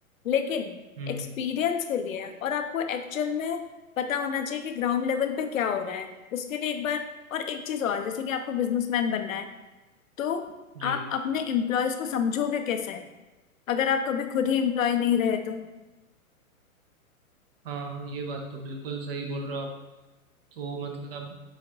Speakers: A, on the left; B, on the right.
A: लेकिन
B: हम्म
A: एक्सपीरियंस के लिए और आपको एक्चुअल में पता होना चाहिए कि ग्राउंड लेवल पे क्या हो रहा है उसके लिए एक बार और एक चीज और जैसे कि आपको बिजनेसमैन बनना है तो
B: जी
A: आप अपने एम्प्लॉयज को समझोगे कैसे अगर आप कभी खुद ही एम्प्लॉय नहीं रहे तो
B: हाँ ये बात तो बिल्कुल सही बोल रहे हो आप तो मतलब